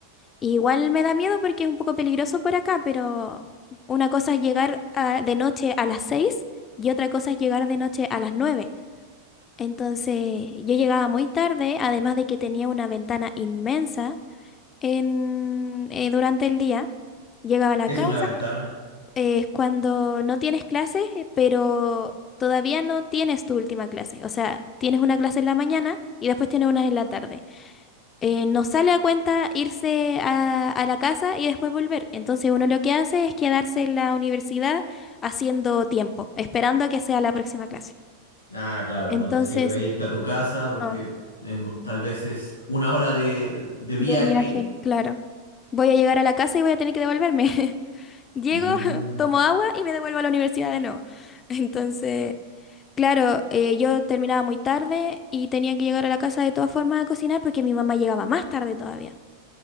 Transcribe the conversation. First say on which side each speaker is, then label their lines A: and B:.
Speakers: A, on the left (about 25°); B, on the left (about 80°).
A: Igual me da miedo porque es un poco peligroso por acá, pero una cosa es llegar ah, de noche a las seis y otra cosa es llegar de noche a las nueve. Entonces yo llegaba muy tarde, además de que tenía una ventana inmensa en, eh, durante el día. Llegaba a la
B: ¿Qué
A: casa,
B: es una ventana?
A: eh, es cuando no tienes clases, eh, pero todavía no tienes tu última clase. O sea, tienes una clase en la mañana y después tienes una en la tarde. Eh, no sale a cuenta irse a, a la casa y después volver. Entonces uno lo que hace es quedarse en la universidad haciendo tiempo, esperando a que sea la próxima clase.
B: Ah, claro,
A: Entonces,
B: no te sirve irte a tu casa porque
A: no.
B: en- tal vez es una hora de, de viaje.
A: De viaje, claro. Voy a llegar a la casa y voy a tener que devolverme. <laughs> Llego,
B: Mm,
A: <laughs> tomo agua y me devuelvo a la universidad de nuevo. <laughs> Entonces, claro, eh, yo terminaba muy tarde y tenía que llegar a la casa de todas formas a cocinar porque mi mamá llegaba más tarde todavía.